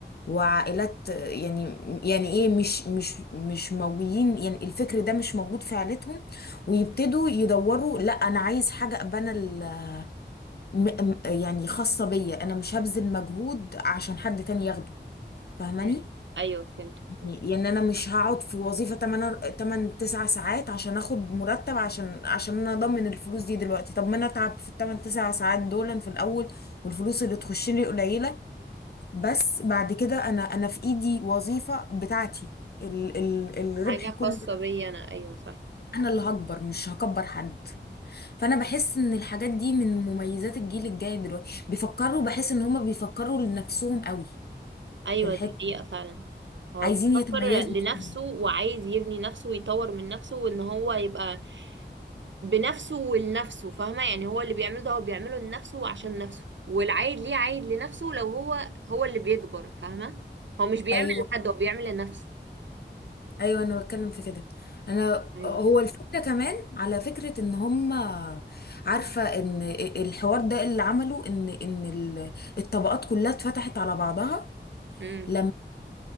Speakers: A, on the left (about 60°); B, on the right (about 80°).
A: وعائلات آه، يعني يعني ايه مش مش مش موجودين يعني الفكر ده مش موجود في عائلتهم ويبتدوا يدوروا لا انا عايز حاجه ابقى انا ال- م- م- يعني خاصه بيا انا مش هبذل مجهود عشان حد تاني ياخده فاهماني
B: امم ايوه فهمت فهمت
A: يعني انا مش هقعد في وظيفة 8 8 9 ساعات عشان اخد مرتب عشان عشان انا اضمن الفلوس دي دلوقتي طب ما انا اتعب في ال 8 9 ساعات دول في الاول والفلوس اللي تخش لي قليلة بس بعد كده انا انا في ايدي وظيفة بتاعتي ال ال الربح
B: حاجه
A: كله
B: خاصه بيا انا ايوه صح
A: انا اللي هكبر مش هكبر حد فانا بحس ان الحاجات دي من مميزات الجيل الجاي دلوقتي بيفكروا بحس ان هما بيفكروا لنفسهم قوي
B: ايوه
A: في الحتة
B: دي حقيقه فعلا هو
A: عايزين
B: بيفكر
A: يتميزوا
B: لنفسه
A: كده.
B: وعايز يبني نفسه ويطور من نفسه وان هو يبقى بنفسه ولنفسه فاهمه يعني هو اللي بيعمله ده هو بيعمله لنفسه وعشان نفسه والعايد ليه عايد لنفسه لو هو هو اللي بيكبر فاهمه هو مش بيعمل
A: ايوه
B: لحد هو بيعمل لنفسه
A: ايوه انا بتكلم في كده انا
B: ايوه
A: هو الفكره كمان على فكره ان هم عارفه ان الحوار ده اللي عمله ان ان ال- الطبقات كلها اتفتحت على بعضها
B: امم
A: لما